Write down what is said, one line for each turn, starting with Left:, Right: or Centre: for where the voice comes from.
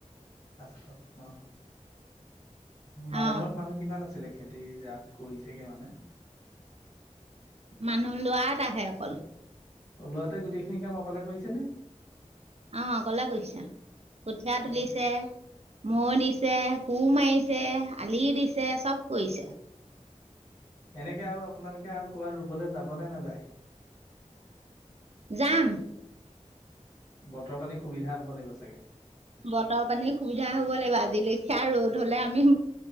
Left: অ উ মানুহ
Right: অ
Left: ঘৰত মানুহ কিমান আছিলে খেতি জাত কৰিছেগৈ মানে
Right: মানুহ লোৱাত আহে অকল
Left: অ লৰাটোৱে গোটেইখিনি কাম অকলে কৰিছেনে
Right: আহ অকলে কৰিছে কঠীয়া
Left: অ
Right: তুলিছে মৌ দিছে কু মাৰিছে আলি দিছে চব কৰিছে
Left: এনেকে আৰু আপোনালোকে আৰু ক'ৰবাত ৰুবলৈ যাব নে নেযায়।
Right: যাম
Left: বতৰ পানী সুবিধা হ'ব লাগিব চাগে।
Right: বতৰ পানীৰ সুবিধা হব লাগিব আজি লেখিয়া ৰ'দ হলে আমি